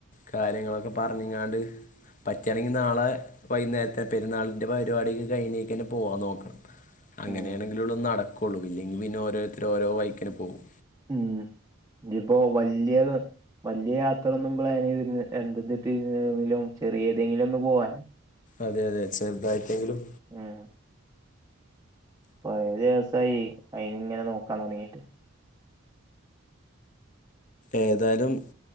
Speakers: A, on the left (about 35°); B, on the right (about 15°).
A: കാര്യങ്ങളൊക്കെ പർഞ്ഞിങ്ങാണ്ട് പറ്റാണെങ്കി നാളെ വൈന്നേര്ത്തെ പെരുന്നാളിന്റെ പരിവാടിക്കൊക്കെ കഴിഞ്ഞേകെന്നെ പോവാൻ നോക്ക അങ്ങനേണെങ്കിലൊള്ളു
B: ഉം
A: നടക്കൊള്ളു ഇല്ലെങ്കി പിന്നെ ഓരോര്ത്തര് ഓരോ വയ്ക്കിന് പോകും
B: ഉം ഇനിയിപ്പോ വല്യയത് വല്യ യാത്രൊന്നും പ്ലാനെയ്തില്ല എന്തത് ത്തി ഏതിലും ചെറിയേതെങ്കിലും ഒന്നു പോവാൻ
A: അതെ അതെ ചെർതായിട്ടെങ്കിലും
B: ഉം കൊറേ ദിവസായി അയിനിങ്ങനെ നോക്കാൻ തൊടങ്ങീട്ട്
A: ഏതായാലും